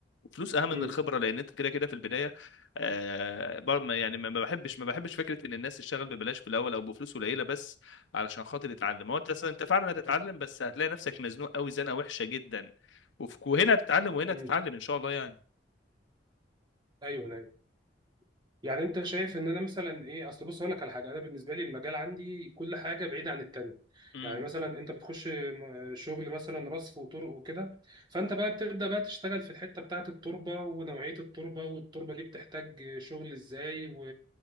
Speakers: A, on the left; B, on the right.
A: فلوس اهم من
B: امم
A: الخبره لان انت كده كده في البدايه آه بر- ما- يعني ما ما بحبش ما بحبش فكره ان الناس تشتغل ببلاش في الاول او بفلوس قليله بس علشان خاطر تتعلم هو انت اصلا انت فعلا هتتعلم بس هتلاقي نفسك مزنوق قوي زنقه وحشه جدا وف- وهنا هتتعلم وهنا
B: امم
A: هتتعلم ان شاء الله يعني
B: ايوه ايوه يعني انت شايف ان انا مثلا ايه اصل بص اقول لك على حاجه انا بالنسبه لي المجال عندي كل حاجه بعيده عن التانيه
A: امم
B: يعني مثلا انت بتخش م- شغل مثلا رصف وطرق وكده فانت بقى بتبدا بقى تشتغل في الحته بتاعه التربه ونوعيه التربه والتربه دي بتحتاج شغل ازاي و...